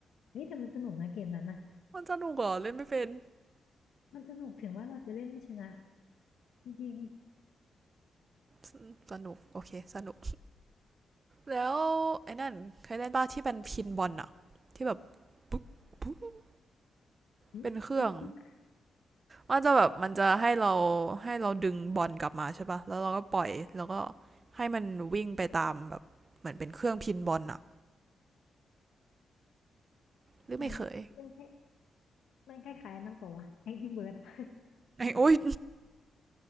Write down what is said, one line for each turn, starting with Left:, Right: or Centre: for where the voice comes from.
Left: เฮ้ยแต่มันสนุกนะเกมนั้นนะ
Right: มันสนุกเหรอเล่นไม่เป็น
Left: มันสนุกถึงว่าเราจะเล่นไม่ชนะจริง
Right: สนุกโอเคสนุก แล้วไอ้นั่นเคยเล่นป้าที่เป็นพินบอลอะที่แบบปุ๊บปุ๊บ
Left: ๆหึปึ๊กปึ๊ก
Right: เป็นเครื่องมันจะแบบมันจะให้เราให้เราดึงบอลกลับมาใช่ปะแล้วเราก็ปล่อยแล้วก็ให้มันวิ่งไปตามแบบเหมือนเป็นเครื่องพินบอลอะหรือไม่เคย
Left: มันมันคล้ายมันคล้ายๆนั่นเปล่าวะ Angry Bird อะ
Right: <laughs> ไอ้โอ๊ย
Left: <laughs>